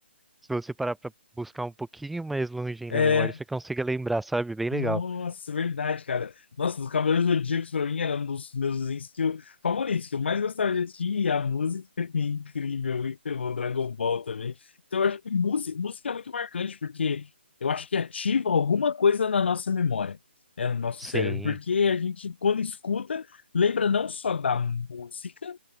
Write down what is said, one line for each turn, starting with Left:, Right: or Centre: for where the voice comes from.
Centre: se você parar pra buscar um pouquinho mais longe aí
Left: É,
Centre: na memória, você consiga lembrar, sabe? Bem
Left: nossa,
Centre: legal.
Left: verdade, cara. Nossa, dos Cavaleiros do Zodíaco pra mim era um dos meus desenhos que eu, favoritos, que eu mais gostava de assistir. E a música <laughs> é incrível, muito bom. Dragon Ball também. Então eu acho que música, música é muito marcante, porque eu acho que ativa alguma coisa na nossa memória, né, no nosso
Centre: Sim.
Left: cérebro. Porque a gente, quando escuta, lembra não só da música,